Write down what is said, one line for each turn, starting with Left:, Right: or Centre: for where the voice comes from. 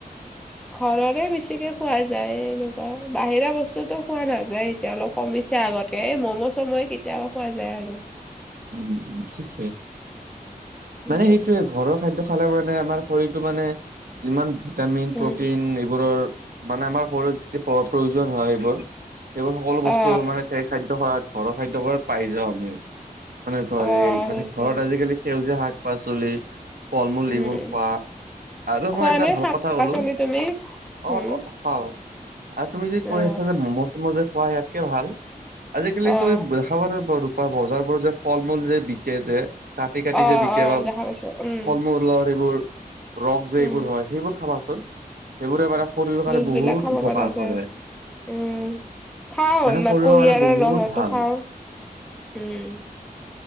Centre: ঘৰৰে বেছিকে খোৱা যায় এনেকুৱা বাহিৰা বস্তুতো খোৱা নাযায় এতিয়া অলপ কমিছে আগতেে এই ম'ম' চম'য়ে কেতিয়াবা খোৱা যায় আৰু
Right: উম উম ঠিকছে মানে
Centre: উম
Right: সেইটো ঘৰৰ খাদ্্য খালে মানে আমাৰ শৰীৰটো মানে ইিমান ভিটামিন
Centre: উম
Right: প্ৰটিন এইবোৰৰ মানে আমাৰ শৰৰ যি প্ৰয়োজন হয় এইবোৰ সেইবোৰ সকলো বস্তু
Centre: অ
Right: মানে খাদ্য খ ঘৰৰ খাদ্যয়বাৰ পাই যাওঁ আমি মানে ঘৰ
Centre: অ
Right: এই মানে
Centre: সেইটোৱে
Right: ঘৰত আজিকালি সেউজীয়া শাক পাচলি ফল মূল
Centre: উম
Right: এইবোৰ খোৱা আৰু
Centre: খোৱা
Right: মই এটা
Centre: নে
Right: ভাল
Centre: শাক
Right: কথা
Centre: পাচলি
Right: কলো
Centre: তুমি
Right: অ
Centre: উম
Right: অ খাও আৰু তুমি যদি কৈ
Centre: অ
Right: আছা যে ম'ম' চমো যে খোৱা ইয়াতকে ভাল আজিকালি
Centre: অ
Right: তুমি খাব ৰূপা ভজাৰোৰত যে ফল মূল যে বিকে যে কাটি কাটি
Centre: অ
Right: যে বিক
Centre: অ
Right: বাা
Centre: দেখা পাইছো উম
Right: ফল মূল লৰ এইবোৰ ৰস যে
Centre: উম
Right: এইবোৰ হয় সেইবোৰ খাবাচোন সেইবোৰে মানে শৰীৰৰ কাৰণে
Centre: জুচ
Right: বহুত
Centre: বিলাক খাব
Right: উপকাৰ
Centre: পৰা যায়
Right: কৰে
Centre: উম খাও
Right: মানে
Centre: ন
Right: শৰীৰৰ
Centre: কুঁহিয়াৰৰ
Right: কাৰণে বহুত
Centre: ৰহতো
Right: ভাল
Centre: খাও উম